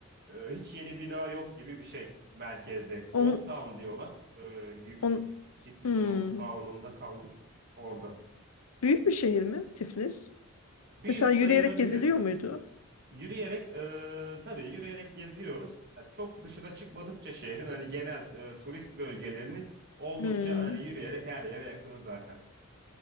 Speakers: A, on the right (about 45°); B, on the left (about 85°).
A: e, hiç yeni bina yok gibi bir şey merkezde. Old
B: On,
A: Town diyorlar. E, gü-
B: on,
A: biz Tiflis'in
B: hmm.
A: Old Town'unda kaldık orada.
B: Büyük bir şehir mi Tiflis?
A: Büyük
B: Mesela
A: sayılabilir.
B: yürüyerek geziliyor muydu?
A: Yürüyerek e, tabii yürüyerek geziyoruz. Ya çok dışına çıkmadıkça şehrin hani genel e, turist bölgelerini oldukça
B: Hmm.
A: hani yürüyerek her yere yakın zaten.